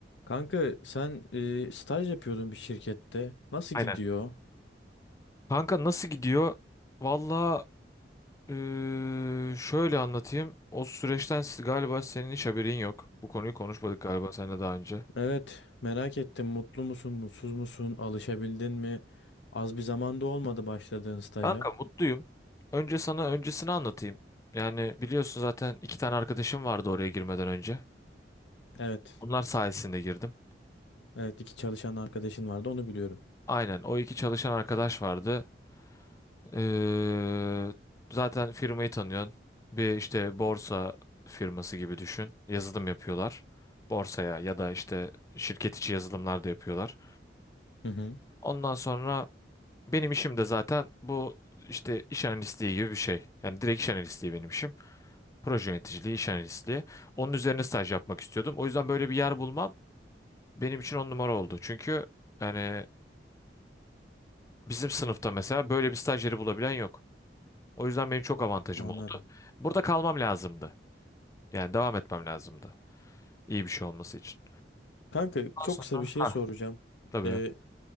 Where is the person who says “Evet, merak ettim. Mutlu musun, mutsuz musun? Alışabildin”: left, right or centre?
Left